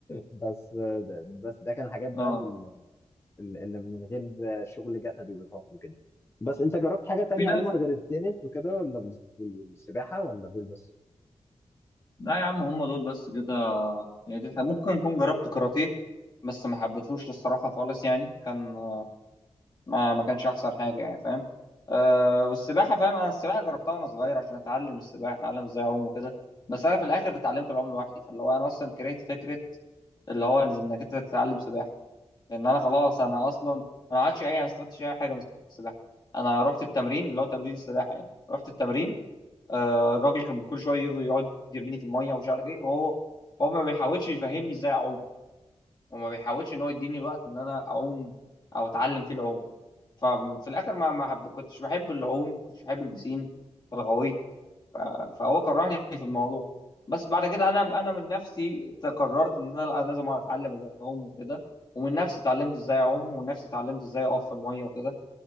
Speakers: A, on the left; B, on the left.
A: بس ده بس ده كان حاجات بقى
B: اه
A: ال- ال- اللي من غير شغل جسدي وارهاق وكده بس انت جربت حاجة تانية
B: في ناس
A: عموما غير التنس وكده ولا بال- والسباحة ولا دول بس
B: لا يا عم هم دول بس كده يعني دي الحاجة. ممكن اكون جربت كاراتيه بس ما حبيتهوش الصراحه خالص يعني كان ما ما كانش احسن حاجه يعني فاهم أه والسباحه فاهم انا السباحه جربتها وانا صغير عشان اتعلم السباحه اتعلم ازاي اعوم وكده بس انا في الاخر اتعلمت العوم لوحدي فاللي هو انا اصلا كرهت فكره اللي هو انك انت تتعلم سباحه لان انا خلاص انا اصلا انا ما عادش اي ما استفدتش اي حاجه من السباحه انا رحت التمرين اللي هو تمرين السباحه يعني رحت التمرين أه الراجل كان كل شويه يفضل يقعد يرميني في الميه ومش عارف ايه وهو هو ما بيحاولش يفهمني ازاي اعوم وما بيحاولش ان هو يديني الوقت ان انا اعوم او اتعلم فيه العوم ففي الاخر ما ما حب- كنتش بحب العوم ما كنتش بحب البسين فغويت ف- فهو كرهني في الموضوع بس بعد كده انا انا من نفسي قررت ان انا لأ، لازم اتعلم العوم وكده ومن نفسي اتعلمت ازاي اعوم ومن نفسي اتعلمت ازاي اقف في الميه وكده